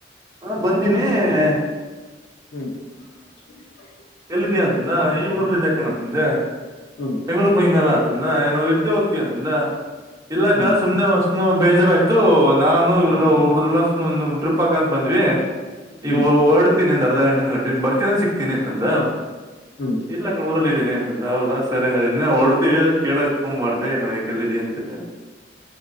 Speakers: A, on the right; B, on the left.
A: ಹು ಬಂದಿನಿ. <unintelligible>
B: ಹೂ <unintelligible>
A: ಎಲ್ಲಿದ್ಯಾ ಅಂತಂದ ಈ ಊರ್ಲ್ಲ ಇದ್ಯಾ ಕಣೋ ಅಂತಂದೆ
B: ಹ್ಮ್
A: ಬೆಂಗಳೂರ ಬ <unintelligible> ರಲ್ಲ ಅಂತಂದ ನಾವ್ ಇರ್ತಿವಿ ಅಪ್ಪಿ ಅಂದಾ ಇಲ್ಲಾ ಅಕ್ಕಾ
B: ಹ್ಮ್ ಹ್ಮ್
A: ಸುಮ್ಮನೆ ವಸ <unintelligible> ಬೇಜಾರಾಯ್ತು ನಾನು ಇವ್ರಲ್ಲ ಊಡ್ರಲ್ಲ ಟ್ರಿಪ್ ಹಾಕಂತ ಬಂದ್ವಿ
B: ಹ್ಮ್
A: ಈಗ ಹೊಡ್ ಗಂಟೆ ಬರ್ತ ಸಿಕ್ತೀನಿ ಅಂತಂದ
B: ಹ್ಮ್
A: ಇಲ್ಲ ಊಲ್ಲ ಇದೀನಿ ಮನೆ ಹತ್ರಾ ಇದಾರ ಹೌದಾ ಸರಿ ಹಾಗಂರ ಇನ್ನ ಹೊಡ್ತೀವಿ ಅದಕ ಕೇಳಕ್ ಫೋನ್ ಮಾಡ್ದೆ ನಾಯಕ್ ಎಲ್ಲಿ ಇದ್ಯಾಯಾ ಅಂತ <unintelligible>